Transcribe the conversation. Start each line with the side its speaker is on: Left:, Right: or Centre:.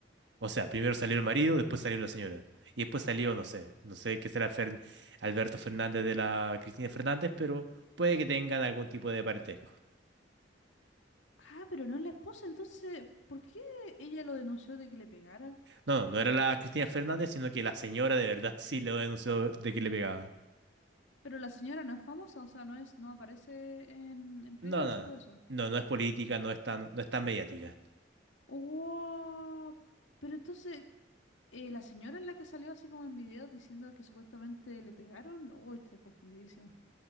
Right: O sea, primero salió el marido, después salió la señora. Y después salió, no sé, no sé qué será Fern- Alberto Fernández de la Cristina Fernández, pero puede que tengan algún tipo de parentesco.
Left: Ah, pero no es la esposa, entonces, ¿por qué ella lo denunció de que le pegara?
Right: No, no, no era la Cristina Fernández, sino que la señora de verdad <laughs> sí lo denunció de que le pegaban.
Left: Pero la señora no es famosa, o sea, no es, no aparece en, en prensa
Right: No, no,
Left: y todo eso.
Right: no, no es política, no es tan, no es tan mediática.
Left: Wow. Pero entonces, eh, la señora es la que salió así como en videos diciendo que supuestamente le pegaron. Uy, estoy confundidísima.